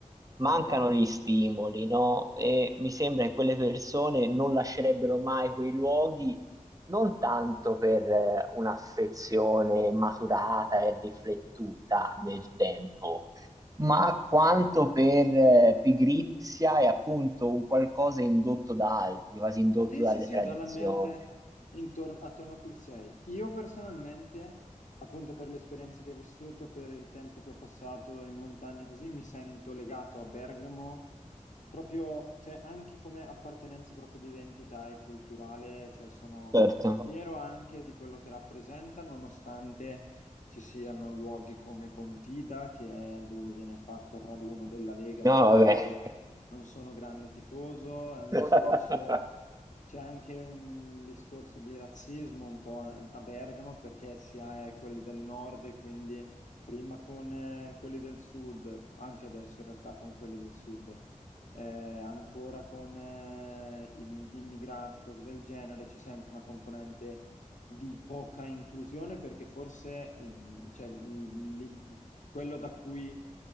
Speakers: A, on the right (about 25°); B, on the left (about 65°).
A: mancano gli stimoli, no? E mi sembra che quelle persone non lascerebbero mai quei luoghi, non tanto per eh, un'affezione maturata e riflettuta nel tempo ma quanto per eh, pigrizia e appunto un qualcosa indotto da altri, quasi indotto
B: Sì,
A: dalle
B: sì, sì,
A: tradizioni.
B: dall'ambiente intorno, attorno a cui sei. Io personalmente, appunto per le esperienze che ho vissuto, per il tempo che ho passato in montagna così, mi sento legato a Bergamo, proprio, cioè anche come appartenenza proprio di identità e culturale, cioè sono
A: Certo.
B: fiero anche di quello che rappresenta, nonostante ci siano luoghi come Pontida, che è dove viene fatto il raduno della Lega,
A: No,
B: per la
A: vabbè,
B: quale non sono grande tifoso, è un
A: <laughs>
B: discorso c'è anche un discorso di razzismo un po' a Bergamo perché si ha eh, quelli del nord e quindi prima con eh, quelli del sud, anche adesso in realtà con quelli del sud, eh, ancora con eh, in- immigrati, cose del genere, c'è sempre una componente di poca inclusione perché forse il- cioè, li- quello da cui